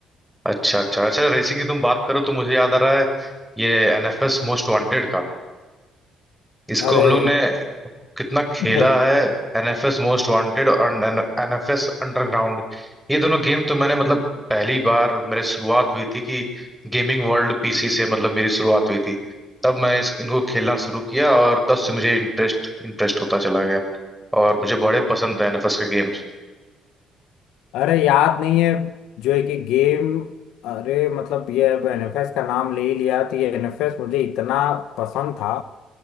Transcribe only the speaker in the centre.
अच्छा अच्छा अच्छा रेसिंग की तुम बात करो तो मुझे याद आ रहा है ये एनएफएस मोस्ट वांटेड का इसको
हम लोग ने कितना खेला
है एनएफएस मोस्ट वांटेड और एनएफएस अंडरग्राउंड ये दोनों गेम तो मैंने मतलब पहली बार मेरे शुरुआत हुई थी कि गेमिंग वर्ल्ड पीसी से मतलब मेरी शुरुआत हुई थी तब मैं इस, इनको खेलना शुरू किया और तब से मुझे इंटरेस्ट इंटरेस्ट होता चला गया और मुझे बड़े पसंद है एनएफएस के गेम्स